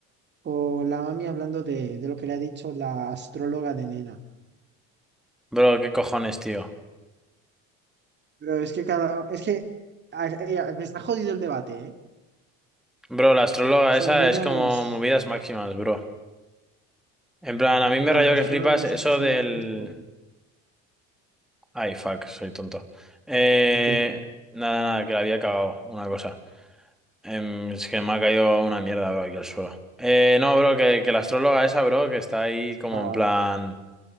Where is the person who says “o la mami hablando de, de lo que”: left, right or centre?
Right